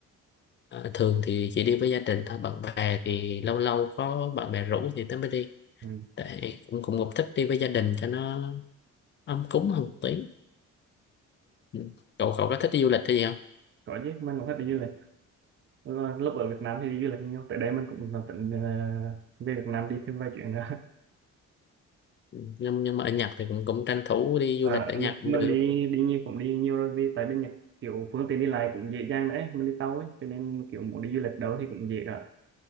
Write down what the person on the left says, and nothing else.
Ờ, thường thì chỉ đi với gia đình thôi bạn bè thì lâu lâu có bạn bè rủ thì tớ mới đi
tại cũng cũng cũng thích đi với gia đình cho nó ấm cúng hơn một tí Ừ. cậu cậu có thích đi du lịch hay gì không
Ừ. nhưng nhưng mà ở Nhật thì cũng cũng tranh thủ đi
du lịch ở Nhật
cũng
được